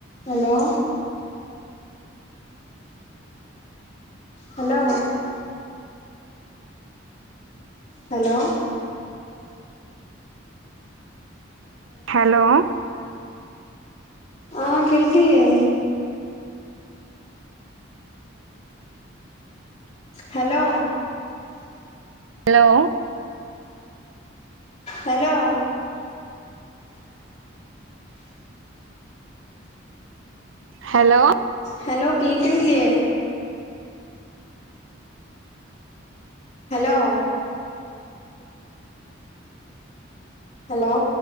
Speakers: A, on the left; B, on the right.
A: hello hello hello
B: hello
A: ആഹ് കേൾക്ക്ണ്ല്ലെ hello
B: hello
A: hello
B: hello
A: hello കേക്ക്ണില്ലെ ഹലോ ഹലോ